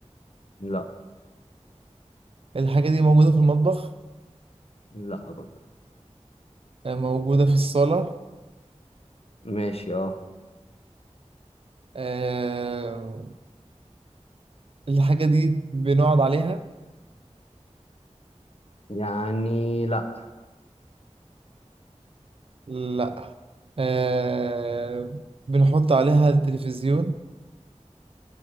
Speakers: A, on the left (about 55°); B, on the right (about 50°).
A: لا
B: الحاجة دي موجودة في المطبخ
A: لا برضه
B: آه، موجودة في الصالة
A: ماشي اه
B: آه، الحاجة دي بنقعد عليها
A: يعني لا
B: لا آه، بنحط عليها التلفزيون